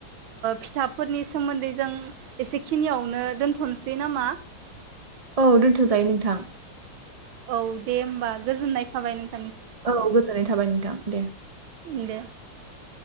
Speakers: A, on the right; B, on the right.
A: फिथाफोरनि सोमोन्दै जों एसेखिनियावनो दोनथ'सै नामा
B: औ दोनथ'जायो नोंथां
A: औ दे होमबा गोजोननाय थाबाय नों
B: औ गोजोननाय थाबाय नोंथां दे
A: इ द <unintelligible>